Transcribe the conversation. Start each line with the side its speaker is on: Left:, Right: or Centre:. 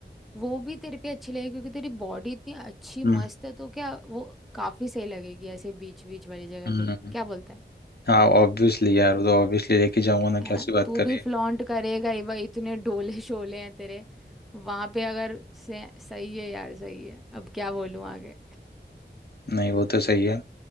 Centre: वो भी तेरे पे अच्छी लगेगी क्योंकि तेरी बॉडी इतनी अच्छी
Left: हम्म
Centre: मस्त है तो क्या वो काफी सही लगेगी ऐसे बीच बीच वाली जगह
Left: हम्म
Centre: पे क्या बोलता है
Left: हाँ ऑब्वियसली यार वो तो ऑब्वियसली लेके जाऊंगा ना
Centre: है
Left: कैसी
Centre: ना
Left: बात
Centre: तू
Left: करिए
Centre: भी फ्लॉन्ट करेगा ही भाई इतने डोले शोले हैं तेरे वहां पे अगर से, सही है यार सही है अब क्या बोलूं आगे
Left: नहीं वो तो सही है